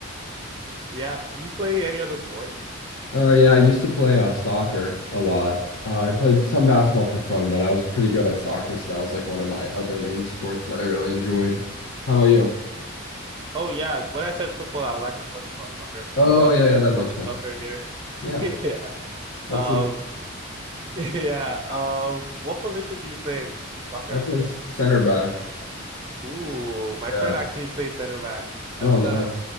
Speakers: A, on the right; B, on the left.
A: Yeah. You play any other sports?
B: Oh yeah, I used to play uh, soccer a lot. Uh, I played some basketball for fun, but I was pretty good at soccer, so that was like one of my other main sports that I really enjoyed. How about you?
A: Oh yeah. When I said football, I was actually talking about soccer. I
B: Oh
A: forgot
B: yeah,
A: you guys
B: yeah, that
A: call
B: makes
A: it
B: sense.
A: soccer here.
B: Yeah,
A: <laughs> Yeah.
B: that's
A: Um,
B: who
A: <laughs> yeah. Um, what position do you play in soccer?
B: I play s- center back.
A: Ooh, my
B: Yeah.
A: friend actually plays center back. That's
B: Oh nice.
A: uh